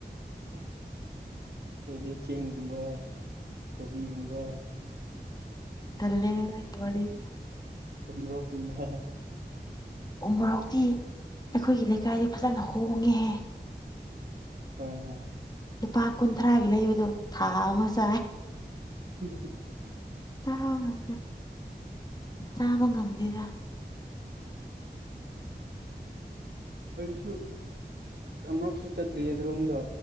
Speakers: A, on the right; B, on the left.
A: ꯑꯩꯈꯣꯏꯗꯤ ꯆꯦꯡꯒꯨꯝꯕ ꯀꯣꯕꯤꯒꯨꯝꯕ
B: ꯇꯜꯂꯦꯗ ꯅꯪꯒꯤ ꯋꯥꯔꯤꯁꯤ
A: ꯎꯝꯃꯣꯔꯣꯛ ꯀꯨꯝꯕ ꯍꯥ
B: ꯎ ꯃꯣꯔꯣꯛꯇꯤ ꯑꯩꯈꯣꯏꯒꯤ ꯂꯩꯀꯥꯏꯗꯤ ꯐꯖꯅ ꯍꯣꯡꯉꯦꯍꯦ
A: ꯍꯣꯏ ꯍꯣꯏ
B: ꯂꯨꯄꯥ ꯀꯨꯟꯊ꯭ꯔꯥꯒꯤ ꯂꯩꯕꯗꯣ ꯊꯥ ꯑꯃ ꯆꯥꯏ
A: ꯍ ꯍꯝ <inaudible> <inaudible>
B: ꯆꯥꯕ ꯉꯝꯗꯦ ꯆꯥꯕ ꯉꯝꯗꯦꯗ
A: ꯑꯩꯁꯨ ꯑꯃꯔꯛꯁꯨ ꯆꯠꯇ꯭ꯔꯤꯌꯦ ꯑꯗꯨꯔꯣꯝꯗ